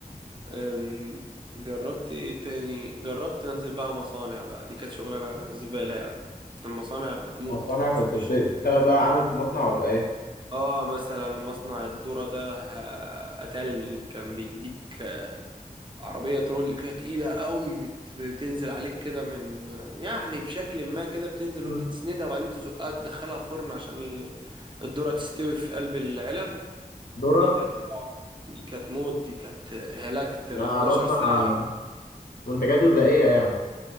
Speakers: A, on the right; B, on the left.
A: أم، جربت ايه تاني جربت انزل بقى مصانع بقى دي كانت شغلانه زباله يعني المصانع بتموت
B: مصانع كنت
A: في مش
B: بت-
A: شغل
B: بتشتغل بقى عامل في مصنع ولا ايه
A: اه مثلا مصنع الذرة ده ه- قتلني كان بيديك عربية ترول كده تقيلة قوي بت... بتنزل عليك كده من يعني بشكل ما كده بتنزل
B: مم.
A: وانت تسندها وبعدين تزقها تدخلها فرن عشان ال- الذرة تستوي في قلب العلب
B: ذرة
A: دي كانت رعب دي كانت موت دي كانت هلكت انا
B: آه،
A: 12
B: بصنع
A: ساعة
B: منتجات غذائية يعني